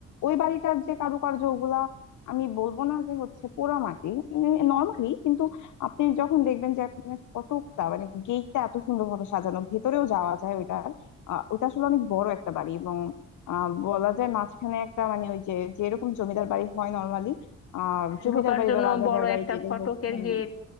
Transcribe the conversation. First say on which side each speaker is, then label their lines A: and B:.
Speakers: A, on the left; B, on the left.
A: ওই বাড়িটার যে কারুকার্য ওগুলা আমি বলবো না যে হচ্ছে পোড়ামাটি নর্মালি কিন্তু আপনি যখন দেখবেন যে আপনার কতটা মানে গেটটা এত সুন্দরভাবে সাজানো ভেতরেও যাওয়া যায় ওইটার আহ ওটা আসলে অনেক বড় একটা বাড়ি এবং আহ বলা যায় মাঝখানে একটা মানে ওই যে যেরকম জমিদার বাড়ি হয় নর্মালি আহ
B: হ্যাঁ,
A: জমিদার
B: ঢোকার
A: বাড়ি
B: জন্য
A: বা রাজাদের
B: বড়
A: বাড়ি
B: একটা
A: যেটাই
B: ফটকের
A: হোক হ্যাঁ
B: গেট